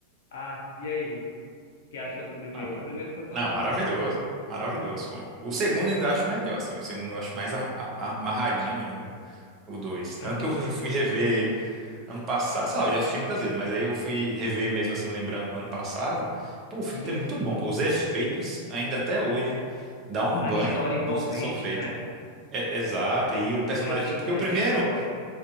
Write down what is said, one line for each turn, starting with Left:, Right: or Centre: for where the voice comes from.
Left: Ah, e aí? O que achou do primeiro?
Right: Não, pô.
Left: O primeiro foi fantástico.
Right: Não, maravilhoso. Maravilhoso, pô. O segundo eu ainda acho melhor, assim. O segundo eu acho mais a- a- amarradinho ainda. O dois. Tanto
Left: Aham,
Right: que eu fui fui rever Ano passado, sei lá, eu já assisti muitas vezes, mas aí eu fui rever mesmo, assim, lembrando, ano passado. Pô, o filme
Left: Sim,
Right: tá muito
Left: sim.
Right: bom, pô. Os efeitos, ainda até hoje,
Left: É.
Right: dá um
Left: A
Right: banho
Left: história
Right: no-
Left: envolvente,
Right: nos que são feitos.
Left: né?
Right: É, exato, e o personagem,
Left: Você entendia
Right: tipo, porque o primeiro,
Left: a história.